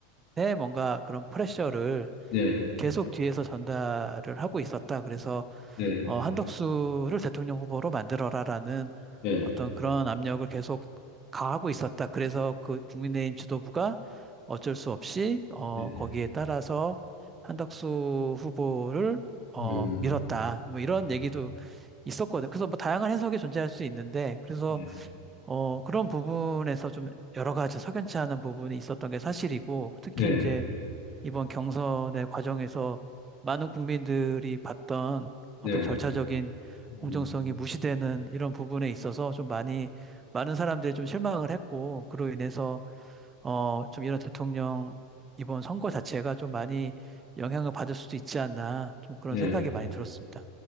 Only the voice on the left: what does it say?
네,
네,
네,
네,
음,
네,
네,
네,
네,
음,
네.